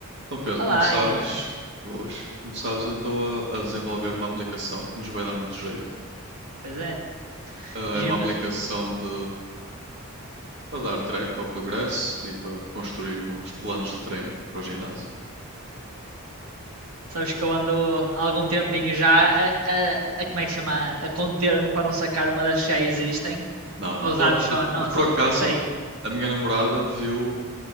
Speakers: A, on the right; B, on the right.
A: Então, Pedro,
B: Olá,
A: como sabes,
B: Igor.
A: boas, como sabes, eu estou a, a desenvolver uma aplicação que nos vai dar muito jeito.
B: Pois é.
A: Ah, é
B: Jim,
A: uma aplicação de para dar track ao progresso e para construirmos planos de treino para o ginásio.
B: sabes que eu ando há algum tempinho já a, a, a como é que chama? A conter-me para não sacar uma das que já existem,
A: Não, não
B: para usarmos
A: pode.
B: só
A: Ah,
B: a nossa.
A: Mas por acaso,
B: Eu sei.
A: a minha namorada viu